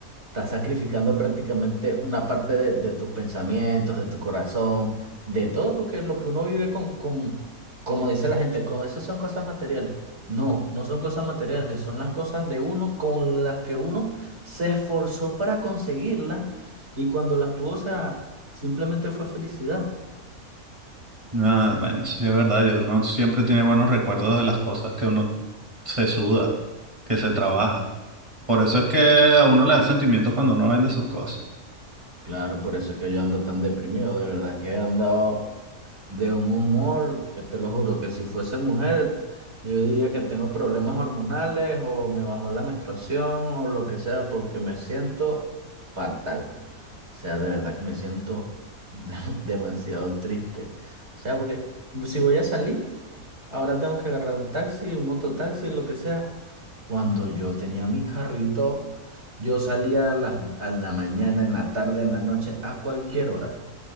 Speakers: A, on the right (about 50°); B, on the right (about 20°).
A: estás sacrificando prácticamente una parte de, de tus pensamientos, de tu corazón, de todo, porque lo que uno vive con, con, como dice la gente, con eso son cosas materiales. No, no son cosas materiales, son las cosas de uno con las que uno se esforzó para conseguirlas y cuando las tuvo, o sea, simplemente fue felicidad.
B: Ah, bueno, sí es verdad, yo no siempre tiene buenos recuerdos de las cosas que uno se suda, que se trabaja. Por eso es que a uno le da sentimiento cuando uno vende sus cosas.
A: Claro, por eso es que yo ando tan deprimido, de verdad que he andado de un humor que te lo juro que si fuese mujer, yo diría que tengo problemas hormonales o me bajó la menstruación o lo que sea porque me siento fatal. O sea, de verdad que me siento <laughs> de- demasiado triste. O sea, porque si voy a salir... Ahora tengo que agarrar un taxi, un mototaxi, lo que sea. Cuando yo tenía mi carrito, yo salía a la, a la mañana, en la tarde, en la noche, a cualquier hora.